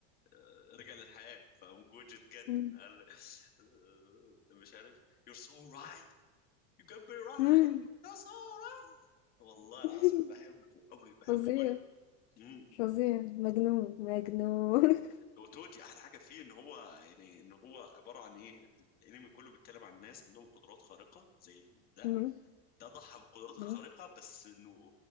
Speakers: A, on the left; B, on the left.
A: آه، رجع للحياه فقام جوجو اتجنن
B: مم.
A: قال آه، مش عارف you're so right you can be right
B: مم.
A: you're so right والله
B: <laughs>
A: العظيم بحبه قوي بحبه
B: فظيع
A: جدا امم
B: فظيع مجنون مجنون <laughs>
A: وتوجي احلى حاجه فيه ان هو يعني ان هو عباره عن ايه الانمي كله بيتكلم عن ناس عندهم قدرات خارقه زي ال- ده
B: مم.
A: ده ضحى بالقدرات الخارقه
B: مم.
A: بس انه